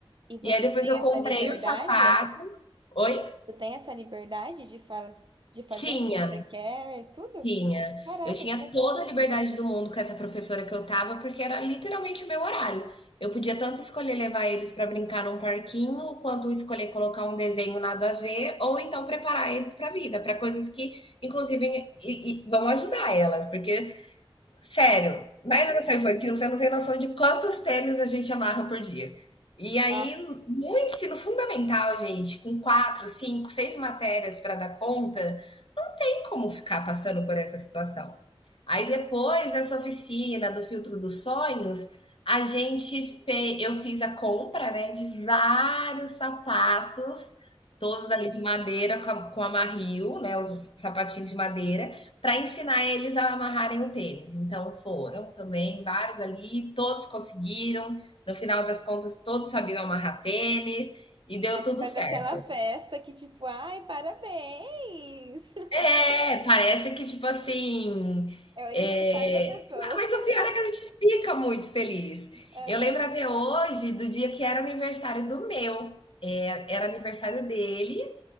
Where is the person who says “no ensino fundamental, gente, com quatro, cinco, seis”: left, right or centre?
Left